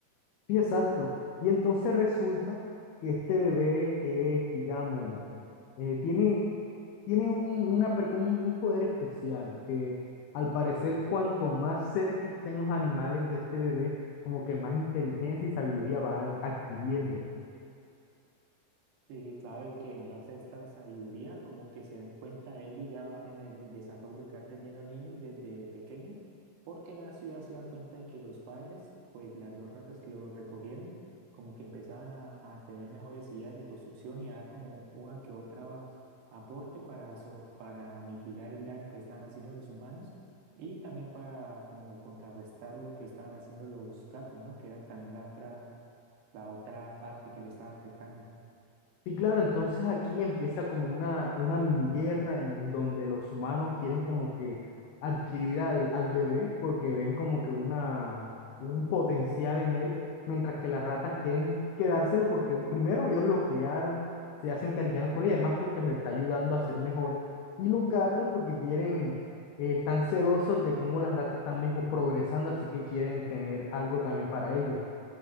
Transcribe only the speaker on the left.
Sí, exacto. Y entonces resulta que este bebé es, digamos, eh, tiene, tiene un, una per- un- un poder especial que al parecer cuanto más cerca estén los animales de este bebé, como que más inteligencia y sabiduría van adquiriendo.
Sí, claro, entonces aquí empieza como una, una mini guerra en, en donde los humanos quieren como que adquirir al, al bebé porque ven como que una, un potencial en él, mientras que las ratas quieren quedárselo porque primero ellos lo criaron, se hacen encariñaron con él y además porque los está ayudando a ser mejores. Y los gatos porque quieren, eh, están celosos de cómo las ratas están mejor progresando, así que quieren tener algo también para ellos.